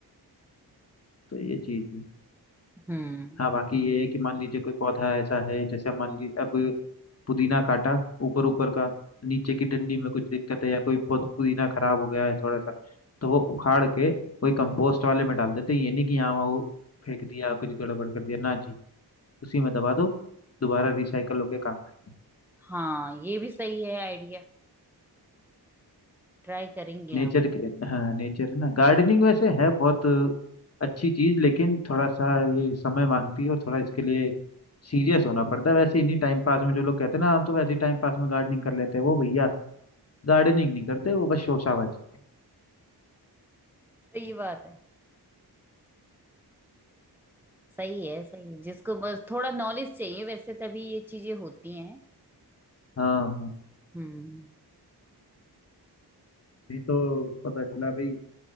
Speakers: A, on the left (about 35°); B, in the centre.
A: तो ये चीज है
B: हम्म
A: हाँ बाकी ये है कि मान लीजिए कोई पौधा ऐसा है जैसे मान लीजिए अब पुदीना काटा ऊपर ऊपर का नीचे की डंडी में कुछ दिक्कत है या कोई पु- पुदीना खराब हो गया है थोड़ा सा तो वो उखाड़ के कोई कंपोस्ट वाले में डाल देते हैं। ये नहीं कि यहाँ वो फेंक दिया कुछ गड़बड़ कर दिया ना जी उसी में दबा दो दोबारा रिसाइकल होके काम आएगा
B: हाँ ये भी सही है आइडिया ट्राई करेंगे
A: नेचर
B: हम
A: के हाँ नेचर है ना गार्डनिंग वैसे है बहुत अच्छी चीज लेकिन थोड़ा सा ये समय मांगती है और थोड़ा इसके लिए सीरियस होना पड़ता है वैसे इन्हीं टाइम पास में जो लोग कहते हैं ना हम तो वैसे ही टाइम पास में गार्डनिंग कर लेते हैं वो भैया गार्डनिंग नहीं करते वो बस शोशाबाजी
B: सही बात है सही है सही है जिसको बस थोड़ा नॉलेज चाहिए वैसे तभी ये चीजें होती हैं
A: हाँ हाँ
B: हम्म
A: नहीं तो पता चला भाई